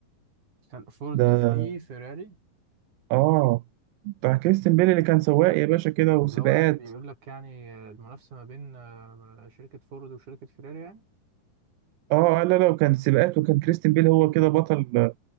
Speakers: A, on the right; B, on the right.
A: استنى فورد
B: ده
A: في فيراري
B: اه بتاع كريستن بيل اللي كان سواق يا باشا كده وسباقات
A: اللي هو يعني بيقول لك يعني المنافسه ما بين آه، شركه فورد وشركه فيراري يعني
B: اه آه، لا لا وكان سباقات وكان كريستن بيل هو كده بطل